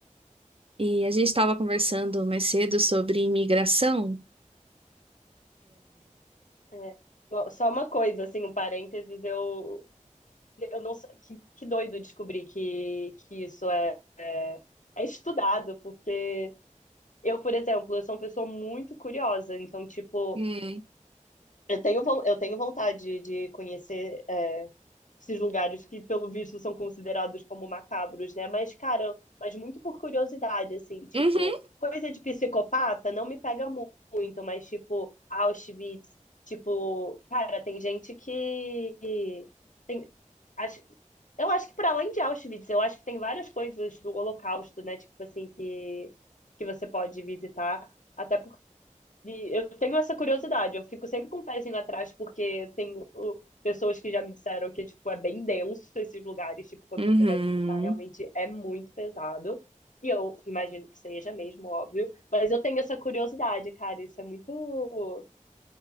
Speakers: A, on the right (about 45°); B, on the left (about 70°).
A: E a gente estava conversando mais cedo sobre imigração.
B: é. Bom, Só uma coisa, assim, um parênteses, eu, eu não sei, que, que doido descobrir que, que isso é, é estudado, porque eu, por exemplo, eu sou uma pessoa muito curiosa, então, tipo,
A: Hum.
B: eu tenho, von- eu tenho vontade de conhecer é, esses lugares que, pelo visto, são considerados como macabros, né? Mas, cara, mas muito por curiosidade, assim, tipo,
A: Uhum,
B: coisa de psicopata não me pega mu- muito, mas, tipo, Auschwitz, tipo, cara, tem gente que tem, acho, eu acho que para além de Auschwitz, eu acho que tem várias coisas do Holocausto, né? Tipo assim, que, que você pode visitar. Até de- eu tenho essa curiosidade, eu fico sempre com o pezinho atrás, porque tenho pessoas que já me disseram que, tipo, é bem denso esses lugares, tipo, quando
A: uhum.
B: você vai visitar, realmente é muito pesado. E eu imagino que seja mesmo, óbvio. Mas eu tenho essa curiosidade, cara, isso é muito,